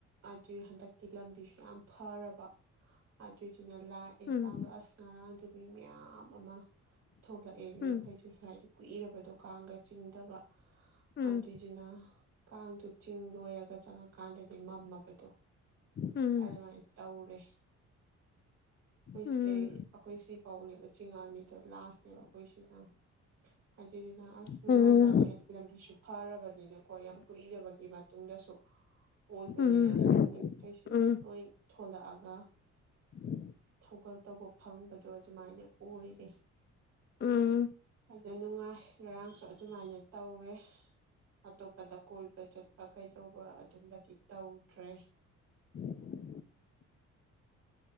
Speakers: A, on the right; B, on the left.
A: ꯑꯗꯨꯏ ꯍꯟꯗꯛ ꯂꯝꯕꯤꯁꯨ ꯌꯥꯝ ꯐꯔꯕ ꯑꯗꯨꯏꯗꯨꯅ ꯂꯥꯛꯑꯦ
B: ꯎꯝ
A: ꯀꯥꯡꯗꯣ ꯑꯁ ꯉꯔꯥꯡꯗꯨ ꯃꯤ ꯃꯌꯥꯝ ꯑꯃ ꯊꯣꯛꯂꯛꯑꯦ ꯃꯤ
B: ꯎꯝ
A: ꯃꯈꯩꯗꯨꯁꯨ ꯍꯥꯏꯗꯤ ꯀꯨꯏꯔꯕꯗꯣ ꯀꯥꯡꯒ ꯆꯤꯡꯗꯕ
B: ꯎꯝ
A: ꯑꯗꯨꯏꯗꯨꯅ ꯀꯥꯡꯗꯨ ꯆꯤꯡ ꯂꯣꯏꯔꯒ ꯆꯪꯉꯀꯥꯟꯗꯗꯤ ꯃꯝꯃꯕꯗꯣ
B: ꯎꯝ
A: ꯑꯗꯨꯃꯥꯏꯅ ꯇꯧꯔꯦ ꯑꯩꯈꯣꯏꯁꯦ
B: ꯎꯝ
A: ꯑꯩꯈꯣꯏ ꯁꯤꯐꯥꯎꯅꯦꯕ ꯆꯤꯡꯉꯛꯑꯝꯃꯤꯗꯣ ꯂꯥꯁ ꯕ ꯑꯩꯈꯣꯏ ꯁꯤꯗ ꯑꯗꯨꯗꯨꯅ ꯑꯁ ꯅꯨꯡꯉꯥꯏꯖꯥꯅꯤ
B: ꯑꯣ
A: ꯍꯥꯏ ꯂꯝꯕꯤꯁꯨ ꯐꯔꯕꯅꯤꯅꯀꯣ ꯌꯥꯝ ꯀꯨꯏꯔꯕꯒꯤ ꯃꯇꯨꯡꯗꯁꯨ ꯑꯣꯏꯕꯅꯤꯅꯅꯦ
B: ꯎꯝ
A: ꯃꯤ ꯃꯈꯩꯁꯤ
B: ꯎꯝ
A: ꯂꯣꯏ ꯊꯣꯂꯛꯑꯒ
B: <inaudible>
A: ꯊꯧꯒꯜ ꯇꯧꯕ ꯐꯪꯕꯗꯣ ꯑꯗꯨꯃꯥꯏꯅ ꯑꯣꯏꯔꯦ
B: ꯎꯝ
A: ꯌꯥꯝ ꯅꯨꯡꯉꯥꯏ ꯉꯔꯥꯡꯁꯨ ꯑꯗꯨꯃꯥꯏꯅ ꯇꯧꯋꯦ ꯑꯇꯣꯞꯄꯗ ꯀꯣꯏꯕ ꯆꯠꯄ ꯀꯩꯗꯧꯕ ꯑꯗꯨꯝꯕꯗꯤ ꯇꯧꯗ꯭ꯔꯦ
B: <inaudible>